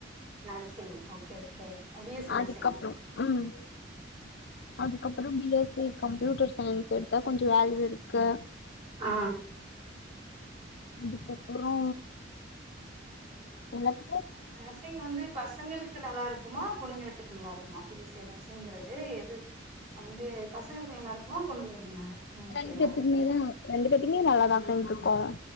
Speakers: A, on the right; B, on the left.
A: nursing, okay okay B Sc
B: அதுக்கப்றோ
A: நர்சிங்கா
B: ம் அதுக்கப்றோ பி எஸ்சி கம்ப்யூட்டர் சயின்ஸ் எடுத்தா கொஞ்சோ வேல்யூ இருக்கு
A: ஆ
B: அதுக்கப்றோ எல்லாத்
A: நர்சிங் வந்து பசங்களுக்கு நல்லாருக் க்குமா பொண்ணுங்களுக்கு நல்லாருக்குமா பி எஸ்சி நர்சிங்கிறது எது வந்து பசங்களுக்கு நல்லாருக்குமா பொண்ணுங்களுக்கு நல்லா ஓகேவா?
B: ரெண்டு பேத்தக்குமே தா ரெண்டு பேத்திக்குமே நல்லாதா தோழி இருக்கோ